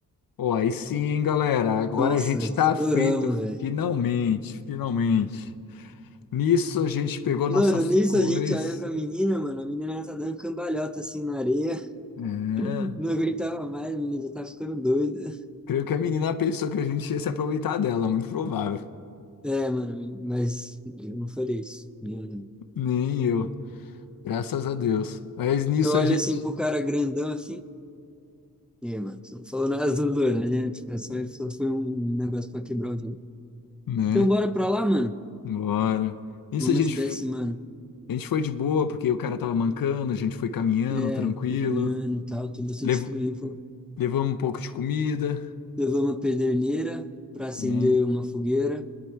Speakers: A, on the left; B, in the centre.
A: Ó, aí sim, hein, galera. Agora
B: Nossa,
A: a gente está
B: estouramos,
A: feito.
B: velho.
A: Finalmente, finalmente. Nisso a gente pegou
B: Mano,
A: nossas
B: nisso
A: coisas.
B: a gente olha pra menina, mano. A menina tá dando cambalhota assim na areia.
A: É.
B: <laughs> Não aguentava mais, a menina já tá ficando doida.
A: Creio que a menina pensou que a gente ia se aproveitar dela, muito provável.
B: É, mano, mas eu não faria isso. Eu
A: Nem eu, graças a Deus. Mas nisso
B: eu olho
A: a gente,
B: assim pro cara grandão assim. E aí, mano, você não falou nada do doido, né? Tipo, é só, só foi um negócio pra quebrar o gelo.
A: né?
B: Então bora pra lá, mano.
A: Bora. Nisso
B: Vamos
A: a gente,
B: ajudar esse mano.
A: a gente foi de boa, porque o cara tava mancando, a gente foi caminhando
B: É,
A: tranquilo.
B: foi caminhando e tal, tem bastante
A: Lev-
B: tempo.
A: levamos um pouco de comida.
B: Levou uma pederneira pra acender
A: É,
B: uma fogueira,